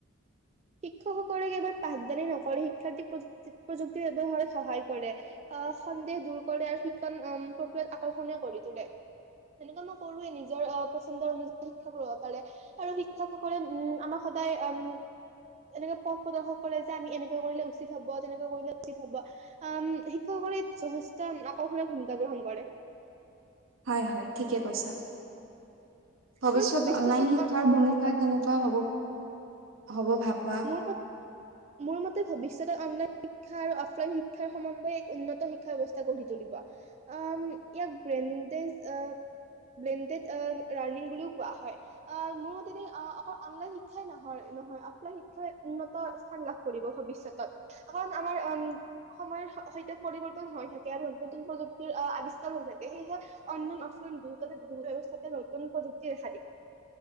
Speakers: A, on the right; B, on the right.
A: শিক্ষকসকলে কেবাৰ পাঠদানি নকৰে শিক্ষাৰ্থক প্ৰুক্ত প্ৰযুক্তি ব্ৱহাৰত সহায় কৰে অহ ', সন্দেহ দূৰ কৰে আৰু শিক্ষণ প্ৰক্ৰিয়াত আকৰ্ষণীয় কৰি তোলে তেনেকুৱা মই কৰোৱে নিজৰ আহ পচন্দ অনুযায়ী শিক্ষা লব পাৰে। আৰু শিক্ষকসকলে উম', আমাৰ সদায় উম ', এনেকে পথ প্ৰদৰ্শক কৰে যে আমি এনেকে কৰিলে উচিত হব তেনেকৈ কৰিলে উচিত হব আহম', শিক্ষকসকলে যথেষ্ট আকৰ্ষণীয় ভূমিকা গ্ৰহণ কৰে।
B: হয় - হয় ঠিকে কৈছা। ভৱিষ্যত
A: বাৰু ভৱিষ্যতত
B: অনলাইন শিক্ষাৰ ভূমিকা কেনেকুৱা হব। হ'ব ভাবা।
A: মোৰ মত মোৰ মতে ভৱিষ্যত অন্য শিক্ষা আৰু অফলাইন শিক্ষাৰ সম্বন্ধে। উন্নত শিক্ষা ব্যয়ৱস্থা গঢ়ি তুলিব আঁহ ', ইয়াক ব্ৰেডজ অহ ', ব্ৰেডেদ অহ ', শিক্ষা বুলিও কোৱা হয় আহ', মোৰ মতে অহ ', অকল অনলাইন শিক্ষাই নয় নহয়। শিক্ষাই উন্নত স্থান লাভ কৰিব ভৱিষ্যয়তত কাৰণ আমাৰ উম ', সময়ৰ সৈতে পৰিৱৰ্তন হৈ থাকে আৰু নতুন- নতুন প্ৰযুক্তিৰ আহ', আৱিস্কাৰ হৈ থাকে সেয়েহে অনন্ন অশ্ন দু তাতে দু ব্যৱস্থাতে নতুন প্ৰযুক্তি দেখা দিবে